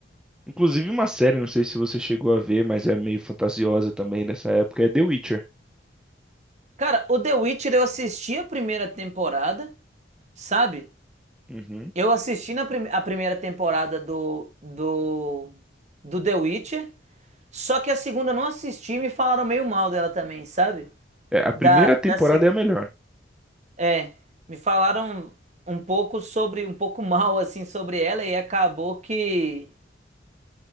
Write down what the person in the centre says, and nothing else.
Inclusive uma série, não sei se você chegou a ver, mas é meio fantasiosa também nessa época, é The Witcher.
Uhum.
É, a
primeira temporada
é a melhor.